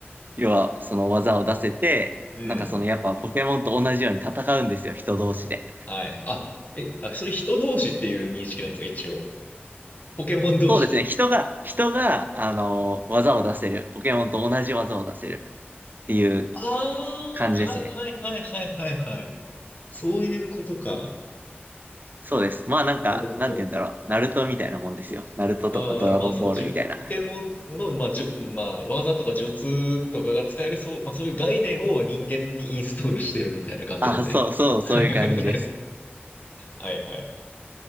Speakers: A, on the right; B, on the left.
A: 要はその技を出せて、
B: うん。
A: なんかそのやっぱポケモンと同じように戦うんですよ、人同士で。
B: はい。あ、え、あ、それ人同士っていう認識なんですか、一応。ポケモン同士。
A: そうですね、人が、人が、あの、技を出せる。ポケモンと同じ技を出せるっていう
B: ああ、
A: 感じですね。
B: はいはいはいはいはいはい。そういうことか。
A: そうです。まあなんか、
B: なるほど。
A: なんて言うんだろう。ナルトみたいなもんですよ。ナルトとかドラゴンボールみたいな。
B: ああ、まあそう、じゅ、ポケモンの、まあ、じゅ、まあ、技とか術とかが使える、そう、まあそういう概念を人間にインストールしてるみたいな感じですね。
A: あ、そうそう、そういう感じです。
B: はいはいはい。はいはい。